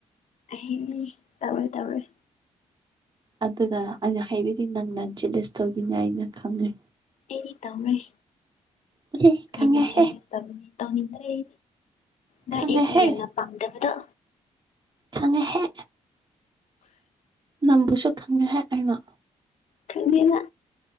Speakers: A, on the left; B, on the right.
A: ꯑꯩ ꯍꯌꯦꯡꯅꯤ ꯇꯧꯔꯣꯢ ꯇꯧꯔꯣꯢ
B: ꯑꯗꯨꯅ ꯑꯩꯅ ꯍꯥꯏꯔꯤꯗꯤ ꯅꯪ ꯅ ꯖꯦꯠꯂꯦꯁ ꯇꯧꯅꯤꯉꯥꯢꯅ ꯈꯪꯔꯦ
A: ꯑꯩꯗꯤ ꯇꯧꯔꯣꯢ
B: ꯑꯦꯍꯦ ꯈꯪꯉꯦꯍꯦ
A: ꯑꯩꯗꯤ ꯆꯍꯤ ꯇꯔꯨꯛ ꯈꯤꯇꯪ ꯂꯩ ꯅ
B: ꯈꯪꯉꯦꯍꯦ
A: ꯑꯦꯛꯁꯅꯦꯅ ꯄꯥꯝꯗꯕꯗꯣ
B: ꯈꯪꯉꯦꯍꯦ ꯅꯝꯕꯨꯁꯨ ꯈꯪꯉꯦꯍꯦ ꯑꯩꯅ
A: ꯈꯪꯗꯦꯅ